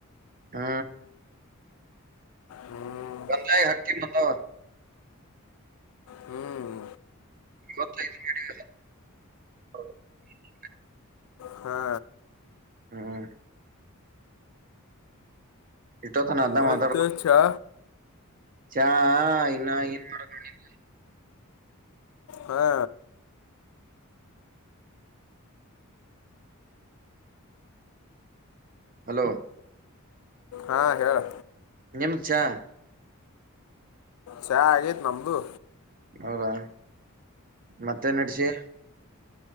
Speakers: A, on the right; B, on the left.
A: ಹಾ.
B: ಹ್ಞೂ
A: <unintelligible> ಹಕ್ಕಿ ಬತ್ತಾವ.
B: ಹ್ಮ್
A: ಗೊತೈತಿ ನಿನಗ <inaudible>
B: ಹಾ
A: ಹ್ಮ್ ಇಷ್ಟೊತ್ತು ನಾ ಅದ್ನೆ
B: ಮತ್ತು
A: ಮಾತಾಡ್ಕೋತಿ
B: ಚಾ
A: ಚಾ ಇನ್ನ ಏನ್ ಮಾಡೋದ್ <inaudible>
B: ಹಾ.
A: ಹಲೋ.
B: ಹಾ ಹೇಳ್.
A: ನಿಮ್ಗ್ ಚಾ.
B: ಚಾ ಆಗೇತ್ ನಮ್ದು.
A: ಹೌದಾ ಮತ್ತೇನ್ ನಡೆಸಿ.